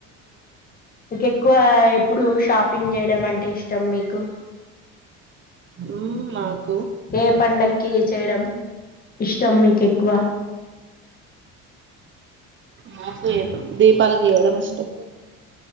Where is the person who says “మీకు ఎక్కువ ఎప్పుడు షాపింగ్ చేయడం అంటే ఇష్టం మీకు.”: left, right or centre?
Left